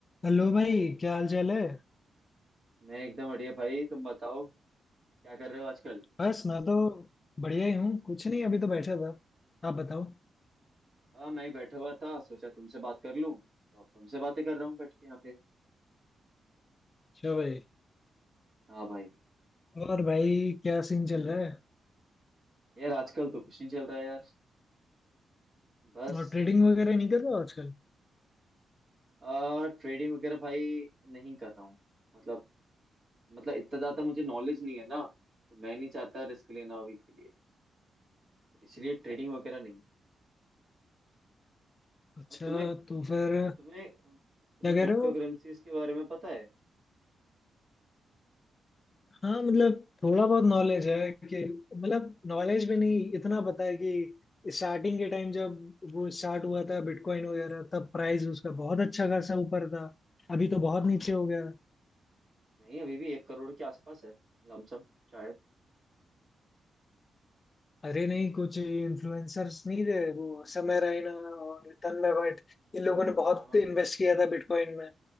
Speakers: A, on the left; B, on the right.
A: Hello भाई क्या हाल चाल है
B: मैं एकदम बढ़िया भाई तुम बताओ क्या कर रहे हो आजकल
A: बस मैं तो बढ़िया ही हूँ कुछ नहीं अभी तो बैठा था आप बताओ
B: हाँ मैं ही बैठा हुआ था सोचा तुमसे बात कर लूं तो अब तुमसे बातें कर रहा हूँ बैठ के यहाँ पे
A: अच्छा भाई
B: हाँ भाई
A: और भाई क्या सीन चल रहा है
B: यार आजकल तो कुछ नहीं चल रहा है यार बस
A: और ट्रेडिंग वगैरह नहीं कर रहे हो आजकल
B: आ ट्रेडिंग वगैरह भाई नहीं कर रहा हूँ मतलब मतलब इतना ज्यादा मुझे नॉलेज नहीं है ना तो मैं नहीं चाहता रिस्क लेना अभी के लिए इसलिए ट्रेडिंग वगैरह नहीं
A: अच्छा
B: और तुम्हें
A: तो फिर
B: तुम्हें तुम्हें
A: क्या कह
B: क्रिप्टो
A: रहे हो
B: करेंसीज के बारे में पता है
A: हाँ मतलब थोड़ा बहुत नॉलेज है कि मतलब नॉलेज भी नहीं इतना पता है कि स्टार्टिंग के टाइम जब वो स्टार्ट हुआ था बिटकॉइन वगैरह तब प्राइस उसका
B: हाँ
A: बहुत अच्छा खासा ऊपर था अभी तो बहुत
B: हाँ
A: नीचे
B: हाँ
A: हो गया
B: नहीं अभी भी एक करोड़ के आसपास है लमसम शायद
A: अरे नहीं कुछ इन्फ्लुएंसर्स नहीं थे वो समय रैना और तन्मय भट्ट इन लोगों ने बहुत
B: हाँ हाँ
A: इन्वेस्ट किया था बिटकॉइन में